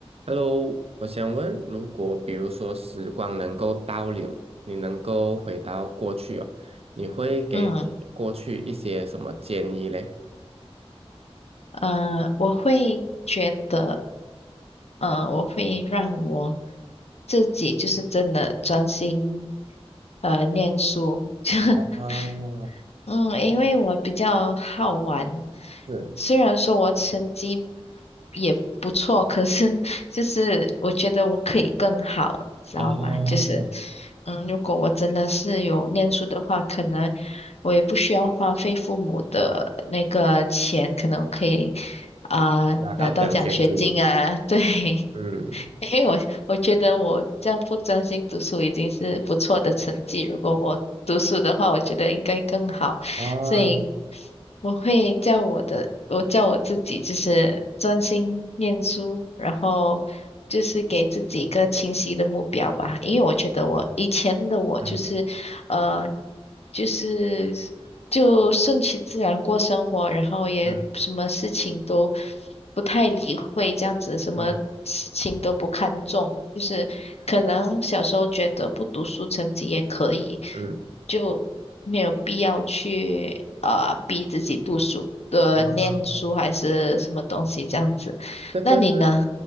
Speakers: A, on the right; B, on the left.
A: Hello，我想问，如果比如说时光能够倒流，你能够回到过去哦，你会给你过去一些什么建议嘞？
B: 嗯，呃，我会觉得，呃，我会让我自己就是真的专心呃念书，<laughs>
A: 啊，
B: 嗯，因为我比较好玩，
A: 是
B: 虽然说我成绩也不错，可是就是我觉得我可以更好，知道吗？
A: 啊
B: 就是嗯，如果我真的是有念书的话，可能我也不需要花费父母的那个钱，可能我可以啊、
A: 拿到奖学金，
B: 拿到奖学金啊，对，<laughs>
A: 嗯
B: 因为我我觉得我这样不专心读书已经是不错的成绩，如果我读书的话，我觉得应该更好。
A: 啊
B: 所以我会叫我的，我叫我自己就是专心念书，然后就是给自己一个清晰的目标吧，因为我觉得我以前的我就是，
A: 嗯
B: 呃，就是就顺其自然过生活，然后也什么事情都
A: 嗯
B: 不太理会，这样子什么。
A: 嗯
B: 事情都不看重，就是可能小时候觉得不读书成绩也可以，
A: 嗯，
B: 就没有必要去呃逼自己读书呃念书还是什么东西这样子。
A: 啊！这个是
B: 那你呢？